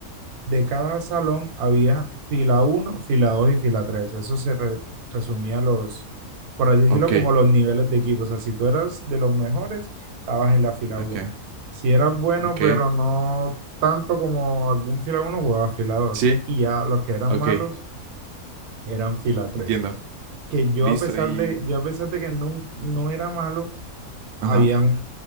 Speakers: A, on the right; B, on the right.
A: de cada salón había fila uno fila 2 y fila tres Eso se re- resumía los, por así decirlo,
B: Ok,
A: como los niveles de equipo. O sea, si tú eras de los mejores, estabas en la fila
B: ok,
A: uno Si eras bueno,
B: ok.
A: pero no tanto como algún fila uno jugabas fila dos
B: Sí,
A: Y ya los que eran
B: ok,
A: malos eran fila tres
B: entiendo.
A: Que yo
B: Listo
A: a pesar
B: y...
A: de, yo a pesar de que no, no era malo, habían
B: Ajá.